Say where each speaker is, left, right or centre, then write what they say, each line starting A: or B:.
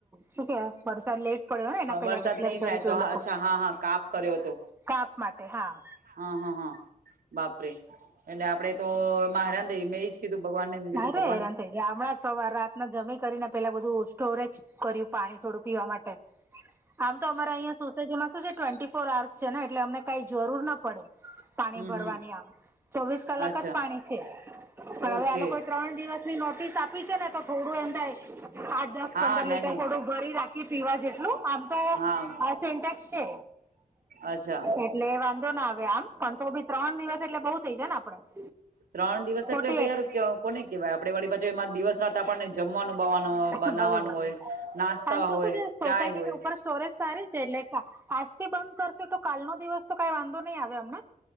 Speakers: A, on the right; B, on the right.
A: શું કેવા વરસાદ લેટ પડ્યો ને એના પેલા
B: વરસાદ
A: ડિક્લેર
B: નહી
A: કરું
B: થાય
A: હતું
B: તો
A: એ લોકો
B: અચ્છા હા હા કાપ કર્યો હતો.
A: કાપ માટે હા
B: હા હા હા. બાપરે એટલે આપણેે તો હેરાન થઈ મેં એજ કીધું ભગવાનને મેં કીધું
A: અરે
B: ભગવાન
A: હેરાન થઈ જાય હમણાં સવાર રાત ના જમી કરીને પેલા બધું સોરે કર્યું પાણી થોડું પીવા માટે આમ તો અમારા અહીં સોસાયટીમાં શું છે ટ્વે ફોર આર્સ છે ને એટલે અમને કઈ જરૂર ના પડે પાણી
B: હમ
A: ભરવાની
B: હમ
A: આમ ચોવીસ કલાક
B: અચ્છા
A: જ પાણી છે. પણ
B: ઓકે
A: હવે આ લોકો ત્રણ દિવસની નોટિસ આપી છે ને તો થોડું એમ થાય આઠ દસ
B: હા
A: પંદર
B: ના
A: લીટર
B: નહી
A: થોડું ભરી રાખી પીવા જે આમ તો
B: હા
A: સેન્ટેક્સ છે
B: અચ્છા
A: એટલે વાંધો ના આવે આમ પણ તો ભી ત્રણ દિવસ એટલે બઉુ થઇ જાય ને આપડે
B: ત્રણ દિવસ
A: ફોર્ટી
B: એટલે ભાઈ
A: એટ
B: યાર કોને કેવાય આપડે વાળી પાછું એમાં દિવસ રાત આપણને જમવાનું બવાનું બનાવાનું
A: બધું બધું
B: હોય નાસ્તા
A: આમ તો
B: હોય
A: શું સોસાયટી
B: ચાય હોય
A: ઉપર સ્ટોરેજ સારી આજ થી બંધ કરશે તો કાલ નો દિવસ તો કઈ વાંધો નહીિ આવે અમને